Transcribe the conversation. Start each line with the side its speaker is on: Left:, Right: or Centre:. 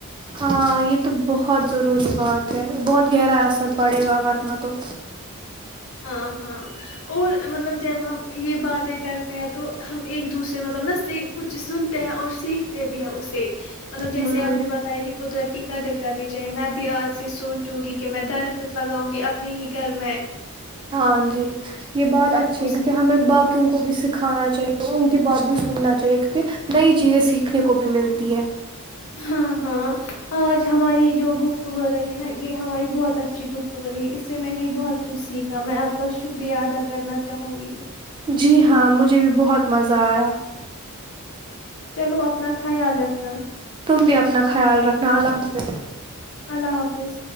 Right: ہاں یہ تو بہت ضروری بات ہے بہت گہرا اثر پڑے گا ورنہ تو
Left: ہاں ہاں اور مطلب جب ہم یہ باتیں کرتے ہیں تو تو ہم ایک دوسرے مطلب نا کچھ سنتے ہیں اور سیکھتے بھی ہیں اسے مطلب جیسے
Right: ہوں
Left: آپ نے بتایا کہ قدرت کی قدر کرنی چاہیے میں بھی آج سے سوچوں گی کہ میں درخت لگاؤں گی اپنے ہی گھر میں
Right: ہاں جی یہ بہت اچھی
Left: اس
Right: ہے کیونکہ ہمیں بایوں کو بھی س کھانا چاہیے اور ان کی بات بھی سننا چاہیے کیونکہ نئی چیزیں سیکھنے کو بھی ملتی ہے
Left: ہاں ہاں آج ہماری جو گفتگو رہی نا یہ ہماری بہت اچھی گفتگو رہی اس سے میں نے بہت کچھ سیکھا میں آپ کا شکریہ ادا کرنا چاہوں گی
Right: جی ہاں مجھے بھی بہت مزہ آیا
Left: چلو اپنا خیال رکھنا
Right: تم بھی اپنا خیال رکھنا اللہ حافظ
Left: اللہ حافظ